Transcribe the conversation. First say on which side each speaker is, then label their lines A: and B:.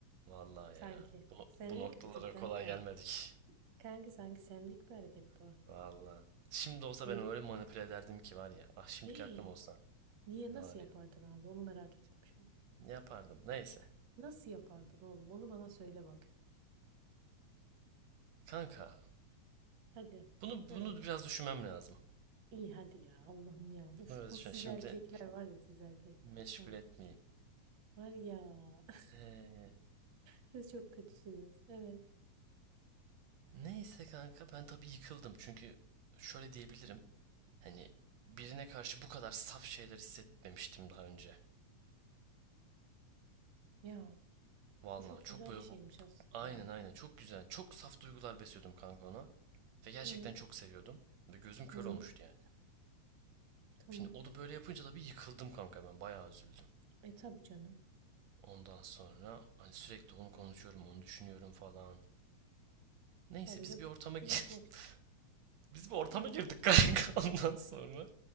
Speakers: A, on the right; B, on the right.
A: Vallahi
B: Sanki.
A: ya. Bu,
B: Senlik
A: bu noktalara
B: bir tık kanka.
A: kolay gelmedik.
B: Kanka sanki senlik bir hareket
A: <laughs>
B: bu.
A: Vallahi. Şimdi olsa
B: Öyle
A: ben öyle
B: mi?
A: manipüle ederdim ki var ya. Ah şimdiki
B: Hey,
A: aklım olsa.
B: niye
A: Ne
B: nasıl
A: var
B: yapardın
A: ya.
B: abi? Onu merak ettim şu an.
A: Yapardım. Neyse.
B: Nasıl yapardın oğlum? Onu bana söyle bak.
A: Kanka.
B: Hadi.
A: Bunu
B: Evet.
A: bunu biraz düşünmem lazım.
B: İyi hadi ya. Allah'ım ya. Uf
A: Bunu biraz
B: nasıl
A: düşün.
B: siz
A: Şimdi
B: erkekler var ya siz erkekler.
A: meşgul
B: Ha.
A: etmeyeyim.
B: Var ya. <laughs>
A: Ee,
B: Siz çok kötüsünüz. Evet.
A: neyse kanka ben tabii yıkıldım. Çünkü şöyle diyebilirim. Hani birine karşı bu kadar saf şeyler hissetmemiştim daha önce.
B: Ya
A: Vallahi
B: bu çok
A: çok
B: güzel
A: böyle
B: bir şeymiş
A: bu...
B: aslında.
A: Aynen aynen çok güzel. Çok saf duygular besliyordum kanka ona. Ve gerçekten
B: Hı.
A: çok seviyordum. Ve gözüm kör
B: Hı,
A: olmuştu yani.
B: tamam.
A: Şimdi o da böyle yapınca da bir yıkıldım kanka ben. Bayağı üzüldüm.
B: E tabii canım.
A: Ondan sonra hani sürekli onu konuşuyorum, onu düşünüyorum falan. Neyse
B: Habire
A: biz bir ortama gir
B: buluşmak ister.
A: <laughs> biz bir ortama
B: E
A: girdik kanka <laughs> ondan sonra.